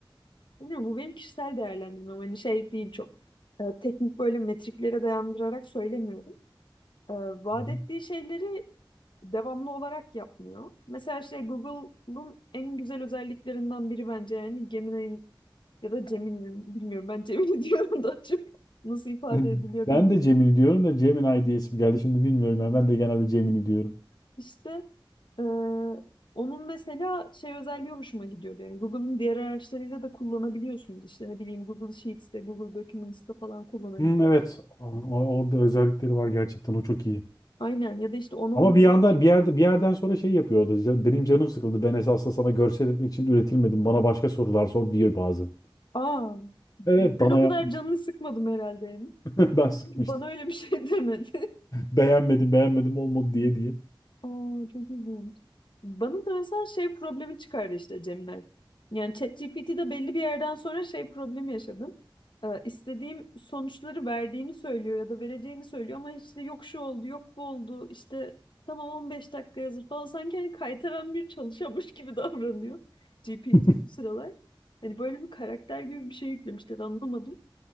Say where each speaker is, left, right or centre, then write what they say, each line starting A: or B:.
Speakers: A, on the left; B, on the left.
A: bilmiyorum bu benim kişisel değerlendirmem. Hani şey değil çok eee, teknik böyle metriklere dayandırarak söylemiyorum. Eee vaat
B: Hı hı.
A: ettiği şeyleri devamlı olarak yapmıyor. Mesela işte Google'ın en güzel özelliklerinden biri bence yani Gemini'nin ya da Gemini'nin bilmiyorum ben Gemini <laughs> diyorum daha çok nasıl ifade
B: <laughs>
A: ediliyor
B: Ben
A: bilmiyorum.
B: de Gemini diyorum da Gemini diye isim geldi. Şimdi bilmiyorum ya. Ben de genelde Gemini diyorum.
A: İşte Ee, onun mesela şey özelliği hoşuma gidiyor benim. Google'ın diğer araçlarıyla da kullanabiliyorsunuz. İşte ne bileyim Google Sheets'te, Google Documents'te falan kullanabiliyorsunuz.
B: Hmm, evet. O- Orada özellikleri var gerçekten. O çok iyi.
A: Aynen ya da işte onu
B: Ama
A: ona
B: bir yanda
A: bağlayıp
B: bir yerde bir yerden sonra şey yapıyor o da. "Ya Benim canım sıkıldı. Ben esasında sana görsel etmek için üretilmedim. Bana başka sorular sor diyor bazı.
A: aa ben
B: Evet bana
A: o kadar
B: yapmıştım.
A: canını sıkmadım herhalde Emin.
B: <laughs> Ben sıkmıştım.
A: Bana öyle bir şey demedi. <laughs>
B: Beğenmedim beğenmedim olmadı diye diye.
A: Aa, çok ilginç. Bana da mesela şey problemi çıkardı işte Cemile. Yani ChatGPT'de belli bir yerden sonra şey problemi yaşadım. Ee, istediğim sonuçları verdiğini söylüyor ya da vereceğini söylüyor ama işte yok şu oldu, yok bu oldu, işte tamam 15 dakika hazır falan. Sanki hani kaytaran bir çalışanmış gibi <laughs> davranıyor GPT
B: <laughs>
A: bu sıralar. Hani böyle bir karakter gibi bir şey yüklemişler anlamadım.